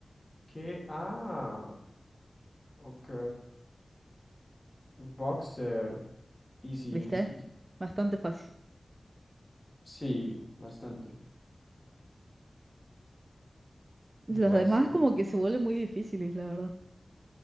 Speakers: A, on the left; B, on the right.
A: ¿Qué? Ah, ok. Boxer. Easy,
B: ¿viste?
A: easy. Sí,
B: Bastante fácil.
A: sí, bastante.
B: Los
A: Bastante.
B: demás como que se vuelven muy difíciles, la verdad.